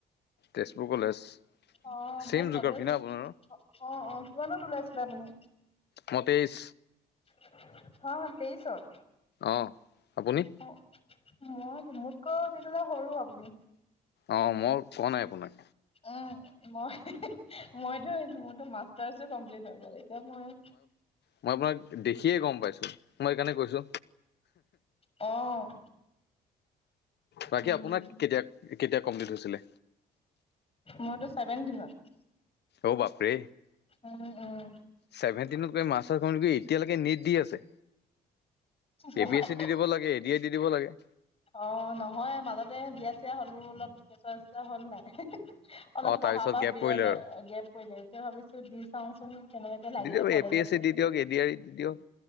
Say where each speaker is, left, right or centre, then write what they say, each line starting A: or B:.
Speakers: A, on the left; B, on the left.
A: তেজপুৰ কলেজ।
B: অ'!
A: ছেম
B: মোৰ
A: জোগ্ৰাফী
B: কলেজ,
A: ন আপোনাৰো?
B: অ' অ'! কিমানত ওলাইছিলে আপুনি?
A: মই তেইশ।
B: <unintelligible> হয়, হয়! তেইশত।
A: অ'! আপুনি?
B: তেইছত মই, মোতকৈ তেতিয়াহ'লে সৰু আপুনি।
A: অ'! মই কওঁ নাই, আপোনাক?
B: উম, মই মইতো, মোৰতো মাষ্টাৰছো কমপ্লিট হৈ গ'ল ত মই
A: মই আপোনাক দেখিয়ে গম পাইছো, মই সেইকাৰণে কৈছো
B: অ'।
A: বাকী
B: উম
A: অপোনাক কেতিয়া, কেতিয়া কমপ্লিট হৈছিলে?
B: মোৰতো ছেভেনটিনত।
A: অ', বাপৰে।
B: উম। উম
A: ছেভেনটিনতকৈ মাষ্টাৰছ কম্পিট কৰি, এতিয়ালৈকে নেট দি আছে
B: মই
A: এ বি এছ চি দি দিব লাগে, এ ডি এ দি দিব লাগে।
B: অ', নহয় মাজতে বিয়া-চিয়া হ'লো, অলপ কেচুৱা-চেচুৱা হ'ল নাই। অলপ
A: অ',
B: পঢ়া
A: তাৰপিছত
B: পা
A: গেপ
B: বিৰত,
A: পৰিলে আৰু।
B: গেপ পৰিলে, এতিয়া ভাবিছো দি চাওচোন, কেনেবাকে লাগিলে
A: দি দিয়ক
B: কলেজত
A: এ পি এছ চি দি দিয়ক, এ ডি আৰ ই দি দিয়ক।